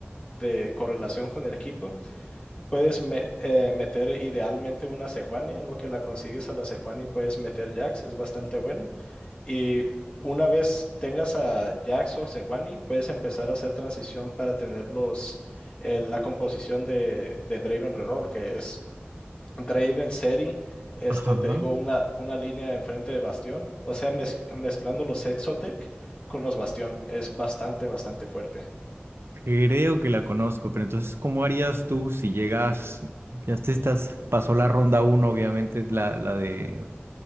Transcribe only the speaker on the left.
de correlación con el equipo Puedes me- eh, meter idealmente una Sejuani, en lo que la consigues a la Sejuani puedes meter Jax, es bastante bueno. Y una vez tengas a Jax o Sejuani, puedes empezar a hacer transición para tener los, eh, la composición de, de Draven Reroll, que es Draven Seri, este,
te digo, una, una línea enfrente de Bastión, o sea, mez- mezclando los Exotech con los Bastión, es bastante, bastante fuerte.